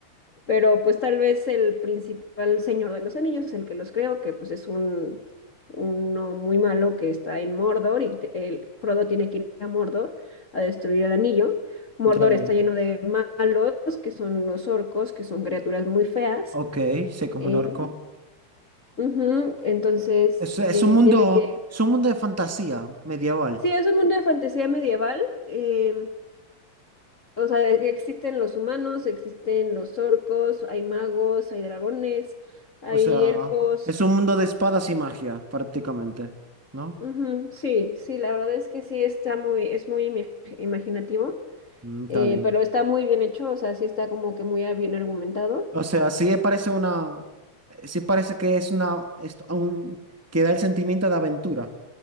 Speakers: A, on the left; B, on the right.
A: Pero pues tal vez el principal señor de los anillos es el que los creó, que pues es un uno muy malo que está en Mordor y te- el Frodo tiene que ir a Mordor a destruir el anillo. Mordor
B: Ya veo.
A: está lleno de malos, que son los orcos, que son criaturas muy feas.
B: Ok, sé como
A: eh,
B: un orco.
A: ujú, entonces
B: Es, es
A: eh,
B: un mundo,
A: tiene que...
B: es un mundo de fantasía medieval.
A: Sí, es un mundo de fantasía medieval. eh, o sea, de que existen los humanos, existen los orcos, hay magos, hay dragones. Hay
B: O sea,
A: elfos,
B: es un mundo de espadas y magia, prácticamente. ¿No?
A: Ujú, Sí, sí, la verdad es que sí está muy, es muy imi- imaginativo,
B: Mm, está
A: eh,
B: bien.
A: pero está muy bien hecho, o sea, sí está como que muy bien argumentado.
B: O sea, sí parece una, sí parece que es una, esto, un- que da el sentimiento de aventura.